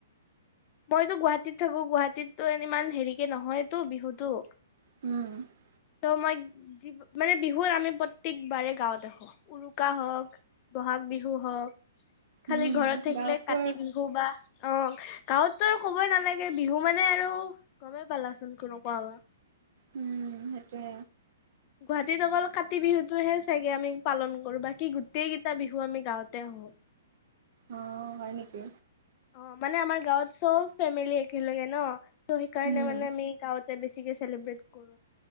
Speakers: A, on the left; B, on the right.
A: মইতো গুৱাহাটীত থাকো গুৱাহাটীততো ইমান হেৰি কে নহয়তো বিহুতো।
B: উম উ উ।
A: ত' মই যি হ'ব মানে বিহুত আমি প্ৰত্যেকবাৰে গাঁৱত আহোঁ। উৰুকা হওক বহাগ বিহু হওক খালি
B: উম
A: ঘৰত থাকিলে
B: গাঁৱততো
A: কাতি
B: আৰু
A: বিহু। বু বা অ গাঁৱততো আৰু ক'বই নালাগে বিহু মানে আৰু গমেই পালাচোন কেনেকুৱা আমাৰ।
B: উম উ সেইটোৱে।
A: গুৱাহাটীত অকল কাতি বিহুতটোহে। চাগে আমি পালন কৰো বাকি গোটেই কেইটা বিহু আমি গাঁৱতে আহো।
B: অ অ হয় নেকি।
A: অ মানে আমাৰ গাঁৱত চব ফেমিলি একেলগে ন ত' সেইকাৰণে
B: উম
A: মানে আমি। গাঁৱতে বেছিকে চেলিব্ৰেট কৰো।